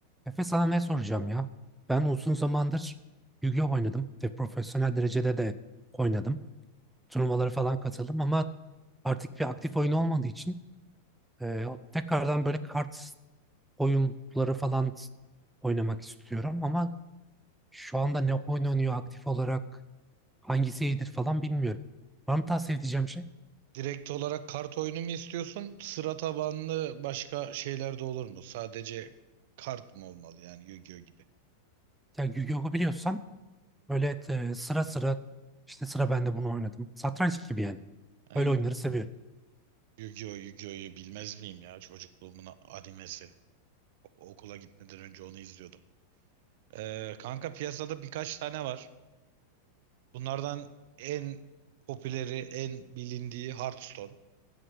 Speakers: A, in the centre; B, on the right.
A: Efe sana ne soracağım ya? Ben uzun zamandır Yu-Gi-Oh oynadım ve profesyonel derecede de oynadım. Turnuvalara falan katıldım ama artık bir aktif oyun olmadığı için e, tekrardan böyle kart oyunları falan oynamak istiyorum ama şu anda ne oynanıyor aktif olarak hangisi iyidir falan bilmiyorum. Var mı tavsiye edeceğim şey?
B: Direkt olarak kart oyunu mu istiyorsun? Sıra tabanlı başka şeyler de olur mu? Sadece kart mı olmalı yani Yu-Gi-Oh gibi?
A: Ya Yu-Gi-Oh'u biliyorsan böyle e, sıra sıra işte sıra ben de bunu oynadım. Satranç gibi yani.
B: Ha,
A: Böyle
B: Yu-
A: oyunları seviyorum.
B: Yu-Gi-Oh, Yu-Gi-Oh'yu bilmez miyim ya? Çocukluğumun a- animesi. O- okula gitmeden önce onu izliyordum. Ee, kanka piyasada birkaç tane var. Bunlardan en popüleri, en bilindiği Hearthstone.